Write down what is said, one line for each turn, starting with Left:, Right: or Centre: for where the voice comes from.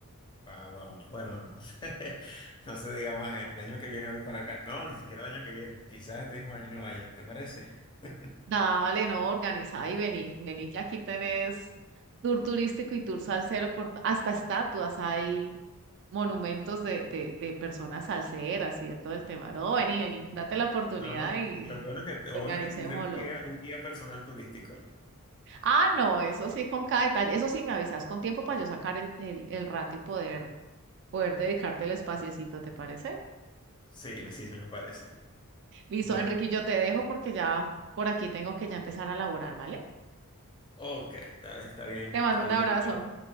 Left: Guau, guau. Bueno, no sé, <laughs> no sé, digamos, el año que viene voy para acá. No, ni siquiera el año que viene. Quizás este mismo año vaya, ¿te parece? <laughs>
Right: Dale, no, organiza y vení, vení que aquí tenés tour turístico y tour salsero por hasta estatuas hay monumentos de, de, de personas salseras y de todo el tema. No, vení, vení, date la oportunidad
Left: No,
Right: y,
Left: y lo bueno es que,
Right: y
Left: lo
Right: organicémoslo.
Left: bueno es que tendré un guía, un guía personal turístico.
Right: Ah, no, eso sí, con cada detalle. Eso sí, me avisas con tiempo para yo sacar el, el, el rato y poder, poder dedicarte el espaciecito, ¿te parece?
Left: Sí, me- sí, sí me parece.
Right: Listo,
Left: Bueno,
Right: Enrique, yo te dejo porque ya por aquí tengo que ya empezar a laborar, ¿vale?
Left: ok, dale, está bien.
Right: Te mando
Left: Saludos,
Right: un abrazo.
Left: pues.